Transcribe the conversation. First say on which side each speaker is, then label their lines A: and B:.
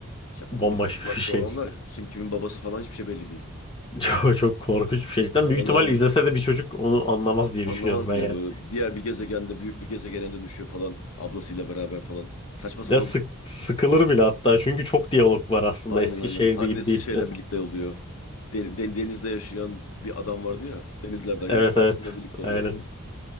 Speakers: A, on the left; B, on the left.
A: ya,
B: bambaşka
A: Rick and Morty'de
B: <laughs> bir şey
A: olanlar
B: işte.
A: kim kimin babası falan hiçbir şey belli değil.
B: <laughs> Çok, çok korkunç bir şey. Cidden
A: Aynen
B: büyük ihtimal
A: aynen.
B: izlese de bir çocuk onu anlamaz diye
A: Anlamaz
B: düşünüyorum ben
A: bile
B: yani.
A: böyle. Diğer bir gezegende büyük bir gezegene dönüşüyor falan. Ablasıyla beraber falan. Saçma sapan.
B: Ya sık, sıkılır bile hatta. Çünkü çok diyalog var aslında.
A: Aynen
B: Eskişehir
A: aynen. Annesi
B: gibi değil.
A: şeyle
B: Mes-
A: birlikte oluyor. Den- den- denizde yaşayan bir adam vardı ya. Denizlerden
B: evet
A: geldi.
B: evet.
A: Onunla birlikte oluyor
B: Aynen.
A: falan.